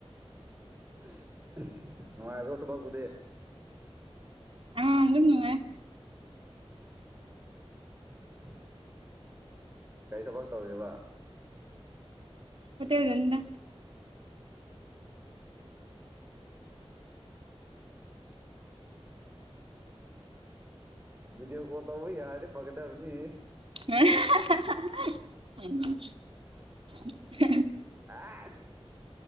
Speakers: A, on the right; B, on the right.
A: <unintelligible> ꯅꯨꯡꯉꯥꯏꯕ꯭ꯔꯣ ꯊꯕꯥ ꯀꯗ
B: ꯑꯥ ꯑꯗꯨꯝ ꯅꯨꯡꯉꯥꯢ
A: ꯎꯝ ꯀꯔꯤ ꯊꯕꯛ ꯇꯧꯔꯤꯕ
B: ꯍꯣꯇꯦꯜꯗꯅꯤꯗ
A: <inaudible> ꯃꯤꯗꯤꯑꯣ ꯀꯣꯜꯇꯧꯕ ꯌꯥꯔꯗꯤ ꯐꯒꯗꯕꯅꯤ
B: <unintelligible>
A: ꯑ